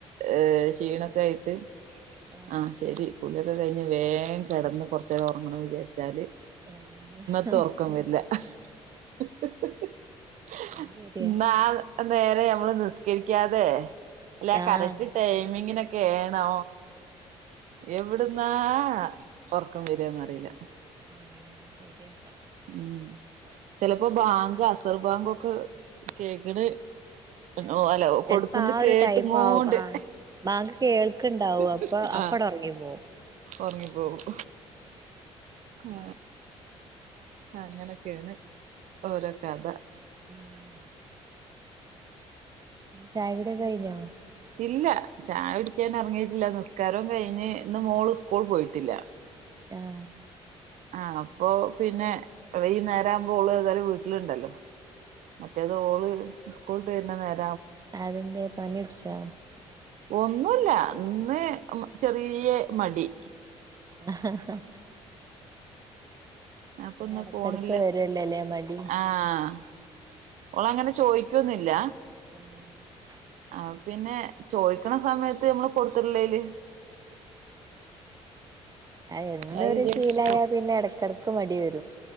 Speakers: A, on the right; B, on the right.
A: എ ക്ഷീണൊക്കെ ആയിട്ട്-
B: ആഹ്
A: ആ ശരി. കുളിയൊക്കെ കഴിഞ്ഞ് വേം കിടന്ന് കൊറച്ചേരം ഉറങ്ങണം വിചാരിച്ചാല്-
B: <unintelligible>
A: <unintelligible> ഒറക്കം വെര്ല <unintelligible>
B: അത് ശരിയാ
A: നേരെ നമ്മള് നിസ്കരിക്കാതെ, ല്ലെ ആ
B: ആഹ്
A: കറക്റ്റ് ടൈമിങ്ങിനൊക്കെ, എ ഏണോ,? എവിടുന്നാ ഒറക്കം വെരാന്ന് അറീല.
B: ആ ശരിയാ <inaudible>
A: ഉം, ചിലപ്പോ ബാങ്ക്, അസർ ബാങ്കോക്കെ കേക്കണ് <inaudible>
B: ആഹ്
A: ഓ ഹലോ
B: ചെലപ്പോ
A: കൊടുക്കുന്ന്
B: ആ
A: കേട്ടിങ്ങോണ്ട്-
B: ഒരു ടൈം ആവും ആഹ് ബാങ്ക് കേൾക്ക്ണ്ടാവും
A: <unintelligible>
B: അപ്പൊ അപ്പട്
A: ആ
B: ഒറങ്ങി പോവും
A: ഉറങ്ങിപ്പോകും <unintelligible> ആ, അങ്ങനൊക്കെണ്. ഓരോ കഥ.
B: ഉം. <unintelligible> ചായ കുടി ഒക്കെ കഴിഞ്ഞോ?
A: ഇല്ല ചായ കുടിക്കാൻ എറങ്ങീട്ടില്ല. നിസ്കാരവും കയിഞ്ഞ്, ന്ന് മോൾ സ്കൂൾ പോയിട്ടില്ല.
B: ആ <unintelligible>
A: ആ അപ്പൊ പിന്നെ, ഈ നേരാവുമ്പോ ഓള് ഏതായാലും വീട്ടില്ണ്ടല്ലോ. മറ്റേത് ഓള് സ്കൂൾ വിട്ട് വെർന നേരത്ത് <inaudible>
B: അതെന്തേ? പനി പിടിച്ചാ?
A: ഒന്നുമല്ല അന്ന് ചെറിയ മടി
B: ഹ ഹ
A: അപ്പൊ ഒന്നും
B: എടക്കെടക്ക്
A: പോണില്ല
B: വരുവല്ലോല്ലേ മടി
A: ആഹ ഓള അങ്ങനെ ചോദിക്കന്നില്ല
B: ഉം <unintelligible>
A: ആ പിന്നെ ചോദിക്കണ സമയത്ത് നമ്മള് കൊടുത്തിട്ടില്ലല്
B: അ എന്ന
A: അത്
B: ഒരു
A: വിചാരിച്ചിട്ട്
B: ശീലയാ പിന്നെ ഇടക്കിടക്ക് മടി വരും.